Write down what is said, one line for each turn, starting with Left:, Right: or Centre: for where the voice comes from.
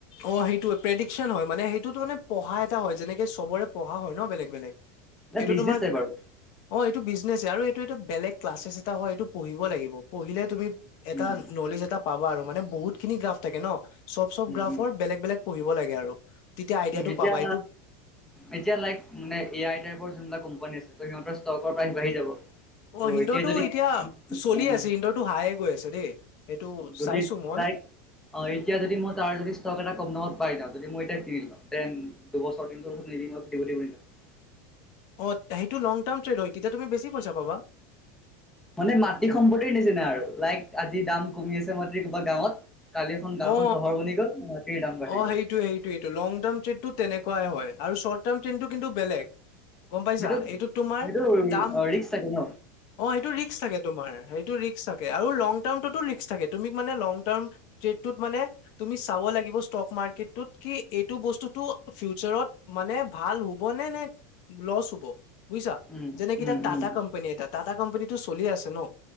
Left: অ' সেইটোৱে প্ৰেডিকশন হয় মানে সেইটোতো মানে পঢ়া এটা হয় যেনেকে চবৰে পঢ়া হয় ন বেলেগ এইটো
Centre: বিজনেছ
Left: তোমাৰ
Centre: টাইপ আৰু
Left: অ এইটো বিজনেছ এ আৰু বেলেগ ক্লাছেছ এটা হয় এইটো পঢ়িব লাগিব পঢ়িলে তুমি এটা
Centre: উম
Left: নলেজ এটা পাবা আৰু। মানে বহুত খিনি গ্ৰাফ থাকে ন চব চব
Centre: উম
Left: গ্ৰাফ
Centre: উম
Left: বেলেগ বেলেগ পঢ়িব লাগে আৰু। আইডিয়াটো
Centre: এতিয়া
Left: পাবা এইটো
Centre: এতিয়া লাইক মানে এ আইটাইপৰ যোনবিলাক কোম্পানী আছে। সিহঁতৰ ষ্টকৰ প্ৰাইচ বাঢ়ি যাব।
Left: অ
Centre: ত'
Left: সিন্দৰটো
Centre: এতিয়া যদি
Left: এতিয়া চলি
Centre: উম,
Left: আছে সিন্দৰটো হায়ে গৈ আছে দেই সেইটো
Centre: যদি
Left: চাইছো মই।
Centre: লাইক অ এতিয়া যদি মই তাৰ যদি ষ্টক এটা কম দামত পাই যাওঁ। যদি মই এতিয়া কিনিলওঁ দেন দুবছৰ তিন বছৰ নিলি মই সুধিব লাগিব নেকি।
Left: অ' সেইটো লং টাৰ্ম ট্ৰেড হয় তেতিয়া তুমি বেছি পইচা পাবা।
Centre: মানে মাটি সম্পত্তিৰ নিচিনা আৰু লাইক আজি দাম কমি আছে মানে কিবা গাঁৱত কালি এখন গাওখন
Left: অ
Centre: চহৰ বনি গ'ল। দাম বাঢ়ি
Left: অ
Centre: গ'ল
Left: সেইটোয়ে সেইটোয়েইটো লং টাৰ্ম ট্ৰেডো তেনেকুৱাই হয়। আৰু শৰ্ট টাৰ্ম ট্ৰেইনটো কিন্তু বেলেগ গম পাইছা
Centre: সেইটো
Left: এইটোত তোমাৰ
Centre: সেইটো
Left: দাম
Centre: ৰিক্স থাকে ন
Left: অ সেইটো ৰিক্ক থাকে তোমাৰ সেইটো ৰিক্ক থাকে আৰু লং টাৰ্মটোতো ৰিক্ক ৰিস্ক থাকে তুমি মানে লং টাৰ্ম ট্ৰেতটোত মানে তুমি চাব লাগিব। ষ্টক মাৰ্কেটটোত কি এইটো বস্তুতো ফিউচাৰত মানে ভাল হ'ব নে নে লচ হব বুজিছা
Centre: উম
Left: যেনেকে
Centre: উম
Left: এটা টাটা
Centre: উম
Left: কোম্পানী এটা, টাটা কোম্পানীটো চলি আছে ন।